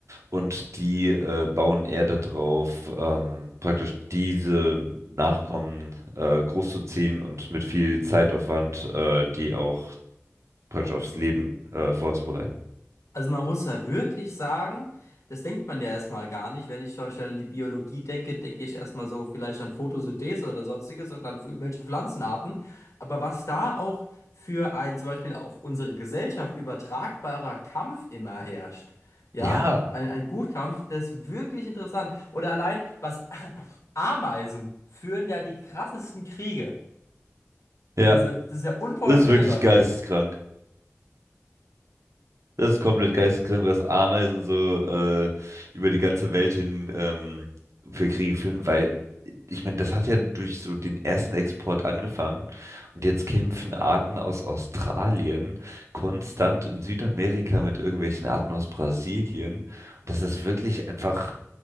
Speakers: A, on the right; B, on the left.
A: Und die äh, bauen eher darauf, ähm, praktisch diese Nachkommen äh, großzuziehen und mit viel Zeitaufwand äh, die auch praktisch aufs Leben äh, vorzubereiten.
B: Also man muss ja wirklich sagen, das denkt man ja erstmal gar nicht. Wenn ich zum Beispiel an die Biologie denke, denke ich erstmal so vielleicht an Photosynthese oder sonstiges und dann für irgendwelche Pflanzenarten. Aber was da auch für ein zum Beispiel auf unsere Gesellschaft übertragbarer Kampf immer herrscht, ja,
A: Ja,
B: ein, ein Gutkampf, das ist wirklich interessant. Oder allein, was <laughs> Ameisen führen ja die krassesten Kriege.
A: ja,
B: Also das ist ja unvorstellbar.
A: das ist wirklich geisteskrank. Das ist komplett geisteskrank, was Ameisen so äh, über die ganze Welt hin ähm, für Kriege führen, weil ich meine, das hat ja durch so den ersten Export angefangen und jetzt kämpfen Arten aus Australien konstant in Südamerika mit irgendwelchen Arten aus Brasilien. Das ist wirklich einfach,